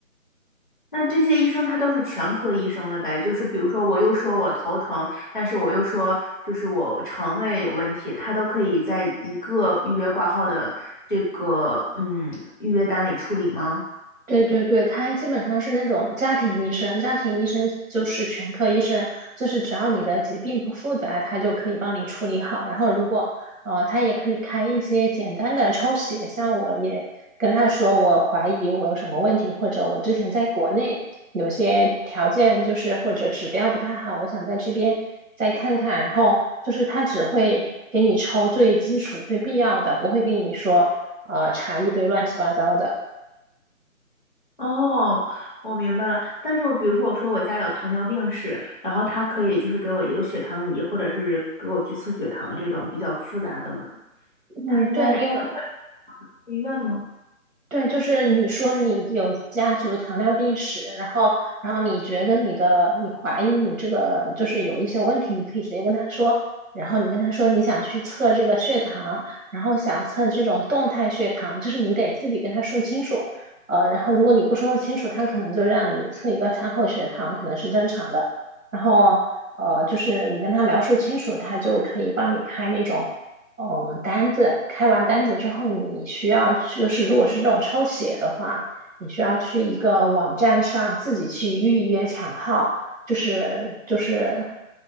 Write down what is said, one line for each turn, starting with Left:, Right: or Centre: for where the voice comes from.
Left: 那这些医生他都是全科医生了呗？就是比如说我又说我头疼，但是我又说就是我肠胃有问题，他都可以在一个预约挂号的这个嗯预约单里处理吗？
Right: 对对对，他基本上是那种家庭医生，家庭医生就是全科医生，就是只要你的疾病不复杂，他就可以帮你处理好。然后如果呃，他也可以开一些简单的抽血，像我也跟他说，我怀疑我有什么问题，或者我之前在国内有些条件就是或者指标不太好，我想在这边再看看。然后就是他只会给你抽最基础、最必要的，不会跟你说呃查一堆乱七八糟的。
Left: 哦，我明白了。但是我比如说，我说我家有糖尿病史，然后他可以就是给我一个血糖仪，或者是给我去测血糖这种比较复杂的嘛。
Right: 嗯，
Left: 他应该他会
Right: 对你有
Left: 去医院吗？
Right: 对，就是你说你有家族糖尿病史，然后，然后你觉得你的，你怀疑你这个就是有一些问题，你可以直接跟他说，然后你跟他说你想去测这个血糖，然后想测这种动态血糖，就是你得自己跟他说清楚，呃，然后如果你不说清楚，他可能就让你测一个餐后血糖，可能是正常的，然后，呃，就是你跟他描述清楚，他就可以帮你开那种。哦，呃单子开完单子之后，你需要去，就是如果是这种抽血的话，你需要去一个网站上自己去预约抢号，就是就是